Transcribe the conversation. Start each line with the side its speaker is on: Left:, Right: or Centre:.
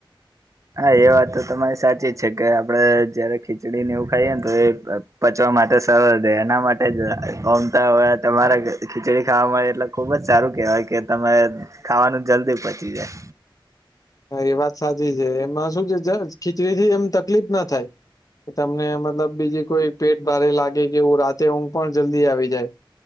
Right: હા એ વાત તો તમારી સાચી જ છે કે આપડે જયારે ખીચડીને એવું ખાઈએ ને તો એ પચવા માટે સરળ રે એના માટે જ‌ઓમતાં હોય તમારે ખીચડી ખાવા મળે એટલે. ખુબ જ સારું કેહેવાય કે તમે ખાવાનું જલ્દી પચી જાય.
Left: હા એ વાત સાચી છે એમાં શું છે ખીચડી થી એમ તકલીફ ના થાય. કે તમને મતલબ બીજી કોઈ પેટ ભારે લાગે. તેથી રાતે ઊંઘ પણ જલ્દી આવી જાય